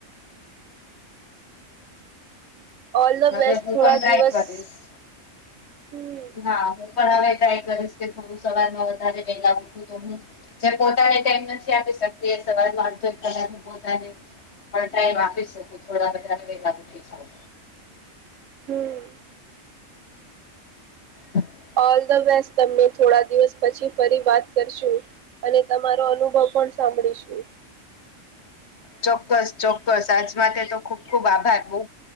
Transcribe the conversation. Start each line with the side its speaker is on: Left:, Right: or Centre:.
Right: ઓલ ધ
Left: હવે
Right: બેસ્ટ
Left: હું
Right: થોડા
Left: પણ ટ્રાય
Right: દિવસ.
Left: કરીશ.
Right: હમ
Left: હા હું પણ હવે ટ્રાય કરીશ કે થોડું સવારમાં વધારે વેલા ઉઠું તો હું. જે પોતાને ટાઈમ નથી આપી શકતી એ સવાલ અડથ કદા પોતાને. પણ ટાઈમ આપી શકું થોડા બધા વેગા ઉઠી.
Right: હમ્.
Left: હ <unintelligible>
Right: ઓલ ધ બેસ્ટ તમે થોડા દિવસ પછી ફરી વાત કરશું. અને તમારો અનુભવ પણ સાંભળીશું.
Left: ચોક્કસ ચોક્કસ આજ માટે તો ખુબ ખુબ આભાર બહ